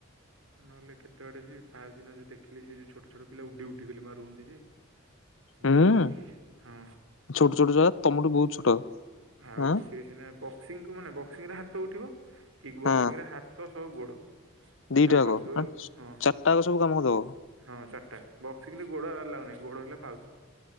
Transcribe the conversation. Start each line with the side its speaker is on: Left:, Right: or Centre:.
Right: ନହଲେ କେତେ ଆଡେ ଯିବି ଫାଷ୍ଟ ଦିନ ଯୋଉ ଦେଖିଲି ସେ ଯୋଉ ଛୋଟ ଛୋଟ ପିଲା ଉଡି ଉଡିିକଲି ମାରୁ ହନ୍ତି ଯେ ମୁଁ
Left: ହୁଁ
Right: ବୋକା ଥିଲି ହଁ।
Left: ଛୋଟ ଛୋଟା ଯାଗା ତମଠୁ ବହୁତ ଛୋଟ।
Right: ଆଉ
Left: ଆଁ
Right: ସିଏ ସ ବକ୍ସିଂକୁ ମାନେ ବକ୍ସିଂ ରେ ହାତ ଉଠିବ କିିକ ବକ୍ସିଂ
Left: ହଁ
Right: ରେ ହାତ ସହ ଗୋଡ।
Left: ଦିଟା
Right: ଭାବି
Left: ଯାକ
Right: ପାରୁଥିବ ଆଉ ହଁ
Left: ଚାରିଟାଯାକ ସବୁ କାମକୁ ଦବ।
Right: ହଁ ଚାରିଟା ବକ୍ସିଂରେ କିନ୍ତୁ ଗୋଡ ଆଲାଓ ଗୋଡ ହେଲେ ଫାଷ୍ଟ